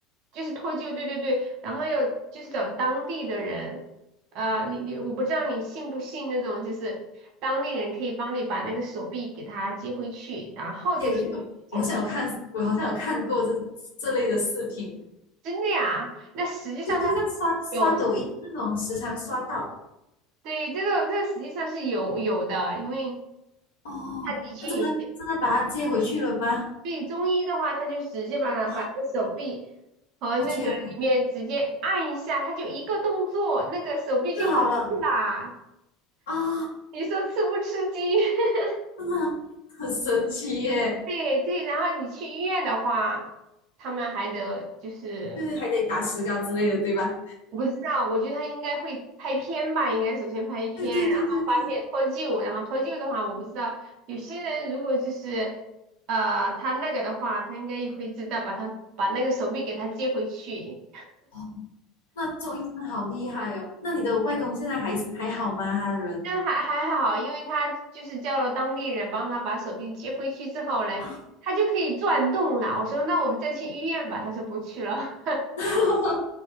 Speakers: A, on the right (about 55°); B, on the left (about 75°).
A: 就是脱臼，对对对，然后要就是找当地的人，呃，你你我不知道你信不信那种，就是当地人可以帮你把那个手臂给他接回去，然后再去检查，
B: 就我好像有看，我好像有看过这这类的视频，
A: 真的呀？那实际上他是有，
B: 就就在刷刷抖音那种，时常刷到。
A: 对，这个这个实际上是有有的，因为
B: 哦，
A: 他以前有些
B: 那真的真的把它接回去了吗？
A: 对中医的话，他就直接把它把那个手臂
B: 哇，
A: 和那个里面直接按一下，
B: 我天，
A: 他就一个动作，那个手臂就回去啦。
B: 就好了啊，
A: 你说吃不吃激？<laughs>
B: 真的很神奇耶！
A: 对对，然后你去医院的话，他们还得就是，
B: 就是还得打石膏之类的，对吧？
A: 我不知道，我觉得他应该会拍片吧，应该首先拍片，
B: 对对对对对，
A: 然后发现脱臼，然后脱臼的话，我不知道有些人如果就是呃他那个的话，他应该也会知道把他把那个手臂给他接回去，
B: 哦，那周一真的好厉害哦！那你的外公现在还还好吗？他的人
A: 但还还好，因为他就是叫了当地人帮他把手臂接回去之后嘞，
B: 啊，
A: 他就可以转动了。我说那我们再去医院吧，他说不去了。
B: <laughs>